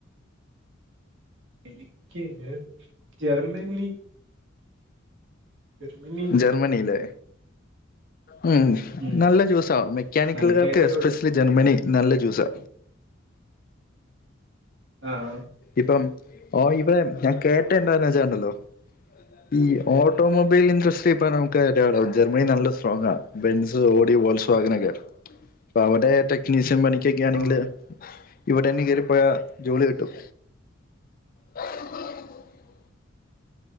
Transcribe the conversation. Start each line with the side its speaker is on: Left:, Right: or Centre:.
Right: എനിക്ക് ജർമ്മനി ജർമനി
Left: ജർമ്മനിലേ ഉം
Right: ഉം
Left: നല്ല ചൂസാ മെക്കാനിക്കലുകാർക്ക്
Right: അല്ലെങ്കിൽ ഏറയിലോട്ട്
Left: എസ്പെഷ്യലി ജർമ്മനി നല്ല ചൂസാ
Right: ആഹ്
Left: ഇപ്പം ഓ ഇവിടെ ഞാൻ കേട്ട എന്താന്ന് വെച്ചാണ്ടല്ലോ ഈ ഓട്ടോമൊബൈൽ ഇൻഡസ്ട്രി ഇപ്പ നമുക്ക് ജർമ്മനി നല്ല സ്ട്രോങാ ബെൻസ്, ഓടി, വോൾസ് വോഗനൊക്കെ അവിടെ ടെക് നിസം പണിക്കൊക്കെയാണെങ്കില്
Right: ആ
Left: ഇവിടെന്നെ കേറിപ്പോയാ ജോലി കിട്ടും <unintelligible>